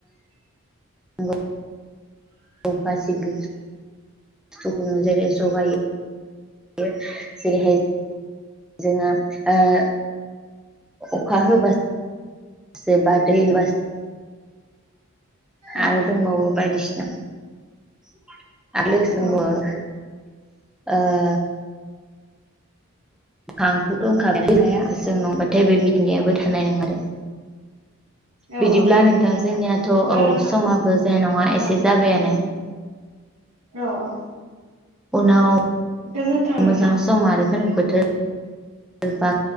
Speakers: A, in the centre; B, on the right.
A: नोंगौ। औ गासैबो बुस्थुखौनो जेरै जगायो। जेरैहाय जोंङो ओ अखा होब्लासोबा दै होब्लासो
B: औ।
A: आरो दंबावो बायदिसिना आरो लोगोसे दंबावो
B: औ
A: ओ आंखौथ' होनओखाबायना हाया जों नङाबाथाय बे मिथिंगायाबो थानाय नंङ आरो
B: औ
A: बिदिब्ला
B: औ नंगौ
A: नोंथां जोंनियाथ' औ
B: ओ नोंथां
A: समाबो जे नङा एसे
B: औ
A: जाबायानो
B: औ औ
A: उनाव
B: गोजोन्थों नोंथां।
A: मोजां सम आरो खोन्दो बोथोर बा